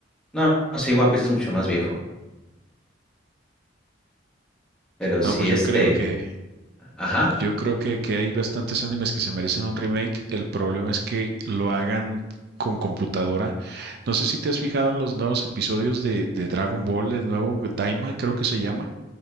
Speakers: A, in the centre; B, on the right.
A: No, no, sí, One Piece es mucho más viejo, pero
B: No,
A: sí
B: pues
A: este...
B: yo creo que
A: Ajá.
B: Yo creo que, que hay bastantes animes que se merecen un remake. El problema es que lo hagan con computadora. No sé si te has fijado en los nuevos episodios de, de Dragon Ball, el nuevo Daima creo que se llama,